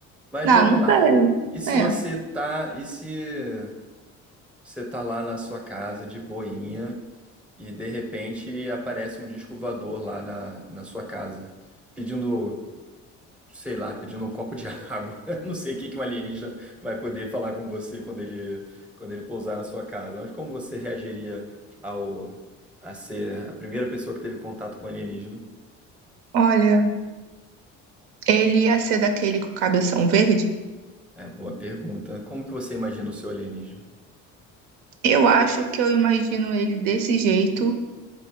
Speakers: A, in the centre; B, on the right (about 85°).
A: Mas
B: não,
A: vamos
B: não
A: lá.
B: sei.
A: E se
B: É,
A: você tá. E se você tá lá na sua casa de boinha, e de repente aparece um disco voador lá na, na sua casa, pedindo, sei lá, pedindo um copo de água. <laughs> Não sei o que que um alienígena vai poder falar com você quando ele, quando ele pousar na sua casa. Mas como você reagiria ao a ser a primeira pessoa que teve contato com alienígena?
B: olha, ele ia ser daquele com o cabeção verde?
A: É, boa pergunta. Como que você imagina o seu alienígena?
B: Eu acho que eu imagino ele desse jeito,